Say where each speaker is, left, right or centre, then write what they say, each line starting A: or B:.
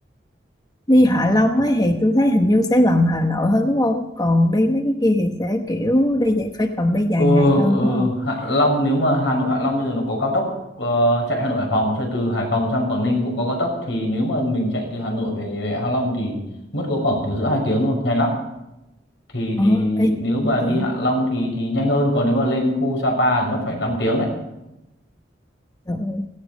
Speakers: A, on the left; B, on the left.
A: Đi Hạ Long ấy thì tôi thấy hình như sẽ gần Hà Nội hơn đúng không? Còn đi mấy cái kia thì sẽ kiểu đi vậy phải cần đi dài
B: Ờ
A: ngày hơn
B: ờ
A: đúng không?
B: Hạ Long nếu mà Hà Nội Hạ Long bây giờ nó có cao tốc ờ, chạy Hà Nội Hải Phòng rồi từ Hải Phòng sang Quảng Ninh cũng có cao tốc thì nếu mà mình chạy từ Hà Nội về, về Hạ Long thì mất có khoảng từ giữa 2 tiếng thôi, nhanh lắm. Thì
A: Ờ,
B: thì
A: ê,
B: nếu mà
A: cũng
B: đi
A: tiện.
B: Hạ Long thì thì nhanh hơn còn nếu mà lên khu Sapa thì mất phải năm tiếng đấy.
A: Trời ơi.